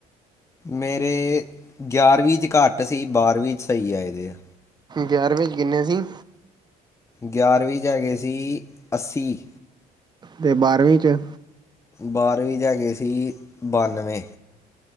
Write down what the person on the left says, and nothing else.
ਮੇਰੇ ਗਿਆਰਵੀਂ 'ਚ ਘੱਟ ਸੀ ਬਾਰ੍ਹਵੀਂ 'ਚ ਸਹੀ ਆਏ ਦੇ ਆ।
ਗਿਆਰਵੀਂ ਜਾਂ ਹੈਗੇ ਸੀ ਅੱਸੀ।
ਬਾਰਵੀਂ ' ਹੈਗੇ ਸੀ ਬਾਨਵੇਂ।